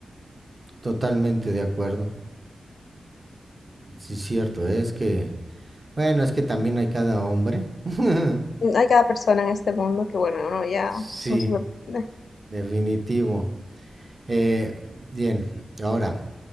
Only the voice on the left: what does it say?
Hay cada persona en este mundo que, bueno, uno ya
no se sorprende.